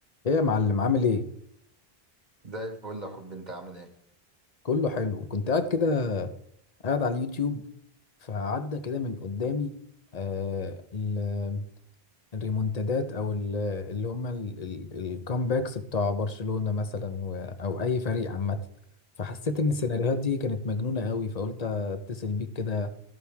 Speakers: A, on the left; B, on the right.
A: ايه يا معلم عامل ايه
B: زي الفل يا حبي انت عامل ايه
A: كله حلو كنت قاعد كده قاعد على اليوتيوب فعدى كده من قدامي آه ال- الريمونتادات او ال- اللي هم ال- ال- الكامباكس بتاع برشلونة مثلا و- او اي فريق عامة فحسيت ان السيناريوهات دي كانت مجنونة قوي فقلت اتصل بيك كده